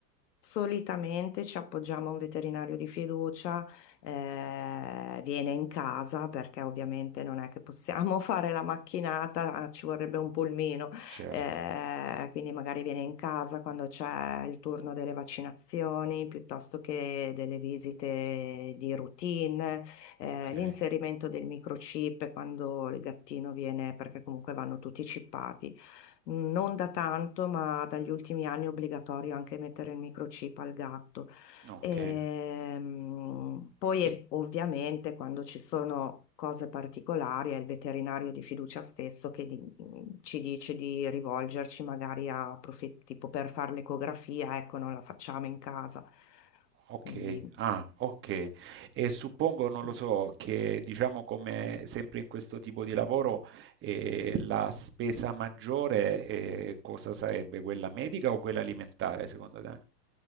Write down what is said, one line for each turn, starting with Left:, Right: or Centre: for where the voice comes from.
Left: solitamente ci appoggiamo a un veterinario di fiducia, eh, viene in casa perché ovviamente non è che possiamo <laughs> fare la macchinata, ah, ci vorrebbe un pulmino,
Right: Certo,
Left: eh, quindi magari viene in casa quando c'è il turno delle vaccinazioni piuttosto che delle visite di routine eh,
Right: okay,
Left: l'inserimento del microchip quando il gattino viene, perché comunque vanno tutti chippati non da tanto, ma dagli ultimi anni è obbligatorio anche mettere il microchip al gatto.
Right: okay.
Left: Ehm, poi
Right: E
Left: eh, ovviamente quando ci sono cose particolari è il veterinario di fiducia stesso che di- ci dice di rivolgerci magari a profe- tipo per fare l'ecografia, ecco, non la facciamo in casa.
Right: Ok,
Left: Quindi
Right: ah, ok. E suppongo, non
Left: sì.
Right: lo so, che diciamo come sempre in questo tipo di lavoro eh, la spesa maggiore eh, cosa sarebbe? Quella medica o quella alimentare, secondo te?